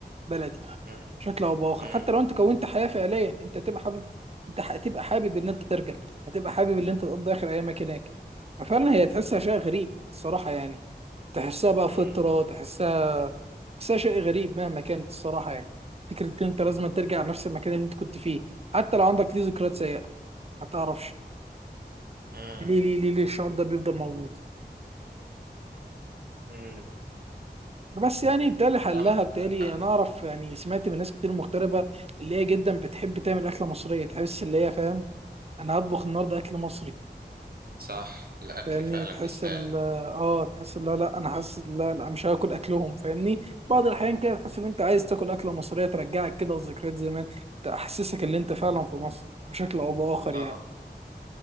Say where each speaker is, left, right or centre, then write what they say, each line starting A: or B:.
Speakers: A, on the right (about 35°); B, on the right (about 65°).
A: بلدي
B: مم،
A: بشكل او باخر
B: مم،
A: حتى لو انت كونت حياه فعليا انت تبقى حابب انت هتبقى حابب ان انت ترجع هتبقى حابب ان انت تقضي اخر ايامك هناك ففعلا هي تحسها شيء غريب الصراحه يعني تحسها بقى فطره
B: مم،
A: تحسها تحسها شيء غريب مهما كانت الصراحه يعني فكره ان انت لازم ترجع لنفس المكان اللي انت كنت فيه حتى لو عندك ليه ذكريات سيئه ما تعرفش
B: مم،
A: ليه ليه ليه ليه الشعور ده بيفضل موجود
B: مم.
A: بس يعني بالتالي حلها
B: صح
A: بالتالي
B: معاك حق.
A: انا اعرف يعني سمعت من ناس كتير مغتربه اللي هي جدا بتحب تعمل اكله مصريه تحس اللي هي فاهم انا هطبخ النهارده اكل مصري
B: صح الاكل
A: فاهمني
B: فعلا
A: تحس
B: بيساعد
A: ال اه تحس لا لا انا
B: مم.
A: حاسس لا لا مش هاكل اكلهم فاهمني بعض الاحيان كده تحس ان انت عايز تاكل اكله مصريه ترجعك كده لذكريات زمان تحسسك ان انت فعلا في مصر بشكل او باخر
B: اه
A: يعني